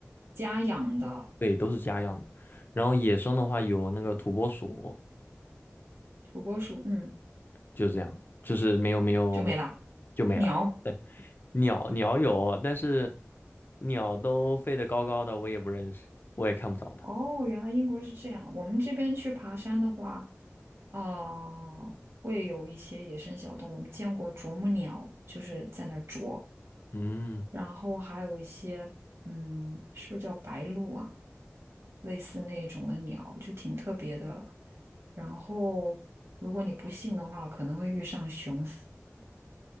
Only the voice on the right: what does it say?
家养的
土拨鼠，嗯，
就没啦。
鸟，
哦，原来英国是这样。我们这边去爬山的话，啊、会有一些野生小动物。我们见过啄木鸟，就是在那儿啄，
然后还有一些，嗯，是不是叫白鹭啊？类似那种的鸟，就挺特别的。然后，如果你不信的话，可能会遇上熊。